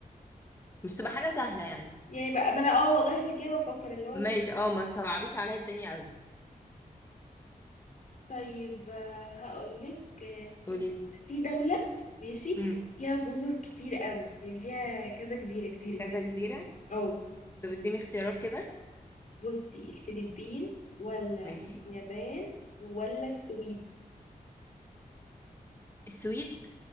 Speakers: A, on the left; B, on the left.
A: مش تبقى حاجة سهلة يعني
B: يعني بقى ما انا اه والله عشان كده بفكر اللي هو
A: ماشي
B: تبقى
A: اه ما تصعبيش عليا الدنيا قوي
B: طيب هقول لك
A: قولي
B: في
A: لي.
B: في دولة ماشي
A: مم.
B: فيها جزر كتير قوي يعني فيها كذا جزيرة جزيرة
A: كذا
B: جزيرة
A: جزيرة
B: اه
A: طب اديني اختيارات كده
B: بصي الفلبين ولا
A: ماشي
B: اليابان ولا السويد
A: السويد